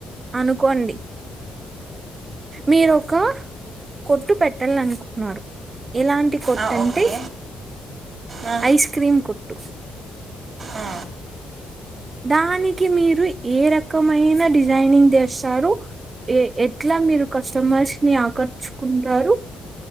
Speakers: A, on the right; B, on the right.
A: అనుకోండి మీరోక కొట్టు పెట్టాలనుకున్నారు ఎలాంటి కొట్టంటే
B: ఆ ఓకే ఆ
A: ఐస్ క్రీమ్ కొట్టు
B: ఆ
A: దానికి మీరు ఏ రకమైన డిజైనింగ్ చేస్తారు ఎ ఎట్లా మీరు కస్టమర్స్ ని ఆకర్చుకుంటారు.